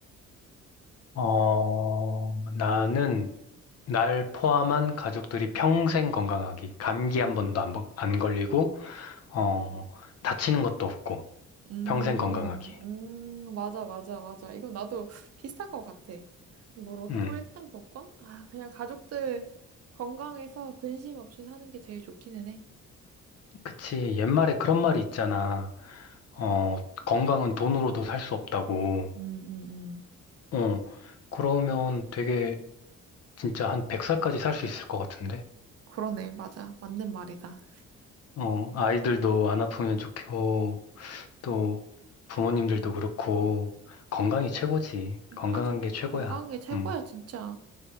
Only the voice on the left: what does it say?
어, 나는 날 포함한 가족들이 평생 건강하기. 감기 한 번도 안, 번- 안 걸리고, 어, 다치는 것도 없고,
평생 건강하기.
음,
그치. 옛말에 그런 말이 있잖아. 어, 건강은 돈으로도 살 수 없다고.
어, 그러면 되게 진짜 한 100살까지 살 수 있을 것 같은데?
어, 아이들도 안 아프면 좋고, 또 부모님들도 그렇고 건강이 최고지.
건강한
게 최고야.
음,